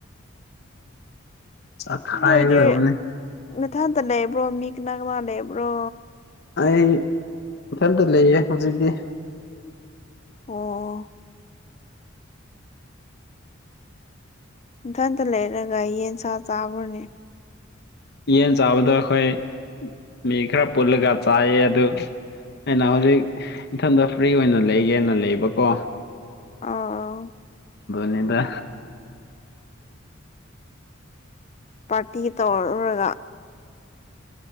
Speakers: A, on the left (about 55°); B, on the left (about 35°).
A: ꯆꯥꯛꯈꯥꯏꯒꯗꯧꯕꯅꯤ
B: ꯅꯣꯏꯗꯤꯦ ꯃꯊꯥꯟꯇ ꯂꯩꯕ꯭ꯔꯣ ꯃꯤ ꯀꯅꯥꯒꯅꯥ ꯂꯩꯕ꯭ꯔꯣ
A: ꯑꯩ ꯃꯊꯟꯇ ꯂꯩꯌꯦ ꯍꯧꯖꯤꯛꯇꯤ
B: ꯑꯣ ꯏꯊꯟꯇ ꯂꯩꯔꯒ ꯌꯦꯟ ꯁꯥ ꯆꯥꯕ꯭ꯔꯅꯦ
A: ꯌꯦꯟ ꯆꯥꯕꯗꯣ ꯑꯩꯈꯣꯏ ꯃꯤ ꯈꯔ ꯄꯨꯜꯂꯒ ꯆꯥꯏꯌꯦ ꯑꯗꯨ ꯑꯩꯅ ꯍꯧꯖꯤꯛ ꯏꯊꯟꯗ ꯐ꯭ꯔꯤ ꯑꯣꯏꯅ ꯂꯩꯒꯦꯅ ꯂꯩꯕꯀꯣ
B: ꯑ
A: ꯅꯤꯗ
B: ꯄꯥꯔꯇꯤ ꯇꯧꯔꯔꯨꯔꯒ